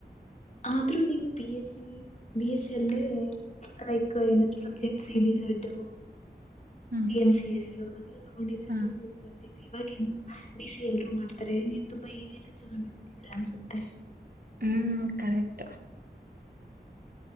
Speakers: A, on the left; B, on the right.
A: ಆದ್ರೂ ನೀವು B S C B S C ಅಲ್ಲಿ ಲೈಕ್ ಏನಾದ್ subject C B Z
B: hmm
A: B M C S ಅದ್ರ್ ತಗೊಂಡಿದ್ರೆ
B: ಹ
A: ತುಂಬಾ ಯೂಸ್ ಆಗ್ತಿ ಇವಾಗೇನು ಬಿ ಸಿ ಎ ಎಲ್ರೂ ಮಾಡ್ತಾರೆ ನೀವ್ ತುಂಬಾ ಈಸಿ ಅಂತ ಚೂಸ್ ಮಾಡ್ಬಿಟ್ಟಿದ್ದೀರಾ ಅನ್ಸುತ್ತೆ.
B: ಹ್ಮ್ ಕರೆಕ್ಟ್.